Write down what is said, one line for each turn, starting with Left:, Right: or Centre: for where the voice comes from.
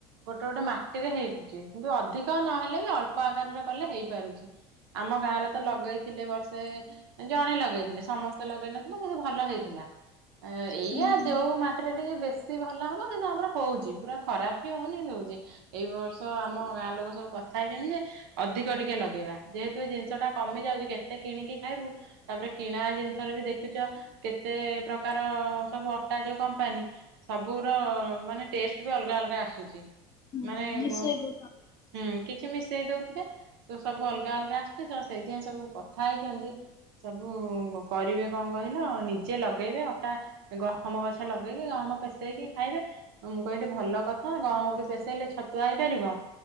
Right: ଗୋଟେ ଗୋଟେ ମାଟିରେ ହେଉଚି। କିନ୍ତୁ ଅଧିକ ନହେଲେ ବି ଅଳ୍ପ ଆକାରରେ କଲେ ହେଇପାରୁଛି। ଆମ ଗାଁରେ ତ ଲଗେଇଥିଲେ ବର୍ଷେ ଜଣେ ଲଗେଇଥିଲେ ସମସ୍ତେ ଲଗେଇ ନଥିଲେ କିନ୍ତୁ ଭଲ ହେଇଥିଲା। ଆ ଏଇଆ
Left: ହୁଁ ହୁଁ।
Right: ଯୋଉ ମାଟିରେ ଟିକେ ବେଶୀ ଭଲ ହବ କିନ୍ତୁ ଆମର ହୋଉଛି ପୁରା ଖରାପ ବି ହୋଉନି ହୋଉଛି। ଏଇ ବର୍ଷ ଆମ ଗାଁ ଲୋକ ସବୁ କଥା ହେଇଛନ୍ତି ଯେ ଅଧିକ ଟିକେ ଲଗେଇବା ଯେହେତୁ ଏ ଜିନିଷ ଟା କମି ଯାଉଛି କେତେ କିଣିକି ଖାଇବୁ ତାପରେ କିଣା ଜିନିଷରେ ବି ଦେଖୁଛ କେତେ ପ୍ରକାର ସବୁ ଅଟା ଯୋଉ କମ୍ପାନୀ ସବୁର ମାନେ ଟେଷ୍ଟ ବି ଅଲଗା ଅଲଗା ଆସୁଛି।
Left: ହୁଁ
Right: ମାନେ
Left: ମିଶେଇ
Right: ଗୋ
Left: ଦଉଛନ୍ତି
Right: ହୁଁ କିଛି ମିଶେଇ ଦୋଉଥିବେ। ସେ ସବୁ ଅଲଗା ଅଲଗା ଆସୁଛି ତ ସେଇଥିପାଇଁ ସବୁ କଥା ହେଇଛନ୍ତି ସବୁ କରିବେ କଣ କହିଲ ନିଜେ ଲଗେଇବେ ଅଟା ଗହମ ଗଛ ଲଗେଇକି ଗହମ ପେଷେଇକି ଖାଇବେ। ମୁଁ କହିଲି ଭଲ କଥା ଗହମ ବି ପେଷେଇଲେ ଛତୁଆ ହେଇପାରିବ